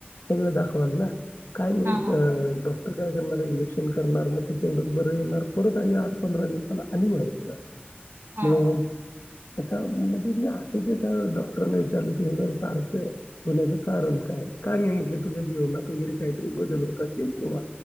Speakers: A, on the left; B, on the right.
A: सगळ दाखवाल ना. काय नाही
B: हां, हां.
A: क <unintelligible> ड डॉक्टर काय करणार इंजेक्शन करणार मग ते तेवढंच बरं होणार परत आणि आठ पंधरा दिवसां नंतर आणि व्हायचं.
B: <inaudible>
A: मग
B: हा -हा
A: आता म्हणजे मी आता जे एका डॉक्टरांना विचारलं हे जर सारखं होण्याचं कारण काय काय नाही म्हटलं तुझ्या जेवणात वगैरे काहीतरी बदल होत असेल तेव्हा